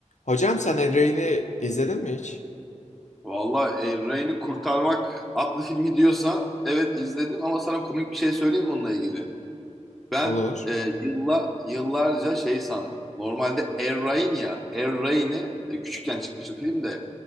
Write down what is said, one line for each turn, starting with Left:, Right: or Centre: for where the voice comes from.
Left: Hocam sen El Rey'ni izledin mi hiç?
Centre: Valla Ryan'ı kurtarmak adlı filmi diyorsan evet izledim ama sana komik bir şey söyleyeyim mi onunla ilgili? Ben
Left: Olur.
Centre: e, yılla, yıllarca şey sandım. Normalde Er Ryan ya Er Ryan'ı e, küçükken çıkmıştı filmde